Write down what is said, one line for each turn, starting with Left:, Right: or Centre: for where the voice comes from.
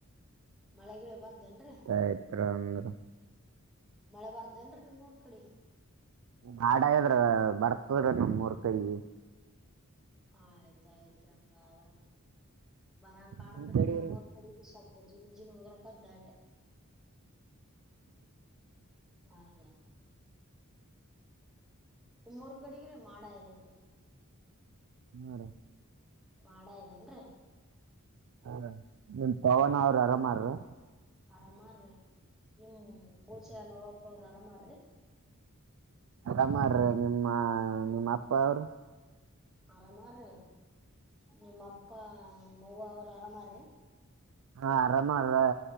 Centre: ಮಳೆ ಗಿಳೆ ಬರದಏನ್ರಿ
Right: ಆಯ್ತ್ರ ಅಂದ್ರ
Centre: ಮಳೆ ಬರ್ದೇನ್ರೀ ನಿಮ್ಮೂರ್ ಕಡಿ
Right: ಮಾಡ್ ಆಗ್ಯದ ರಿ ಬರ್ತದ್ರ ನಮ್ಮ ಊರ್ ಕಡಿ
Centre: ಆಯ್ತಾಯ್ತು ರಿ ಹಾಗಾದ್ರ ಬರಾಂಗ ಕಾನತ್ರಿ
Right: ನಿಮ್ ಕಡೆ
Centre: ನಮ್ಮೂರು ಕಡಿಗಿ ಸ್ವಲ್ಪ ಜಿನಜಿನ ಉದ್ರ ಹೊಗೆತ ದಾಟಿ ಆರಿ ನಿಮ್ಮೂರು ಕಡಿಗ ರೀ ಮಾಡ ಆಗ್ಯದ ಏನೋ
Right: ಹ್ಮ ರಿ
Centre: ಮಾಡಾ ಆಗಿಡೆನ್ರಿ
Right: ಹ ನಿಮ್ ಪವನ ಅವ್ರ ಅರಾಮಹಾರಿ
Centre: ಆರಾಮಾರೀ ನಿಮ ಕೂಚ ಎಲ್ಲವಕ್ಕ ಅವ್ರ ಆರಾಮಾರೀ
Right: ಅರಾಮರಿ ನಿಮ್ಮ ನಿಮ್ಮ ಅಪ್ಪ ಅವರು
Centre: ಆರಾಮರಿ ನಿಮ್ಮಪ್ಪ ನಿಮ್ಮವ ಅವರು ಅರಾಮಾರಿ
Right: ಹಾ ಆರಾಮರ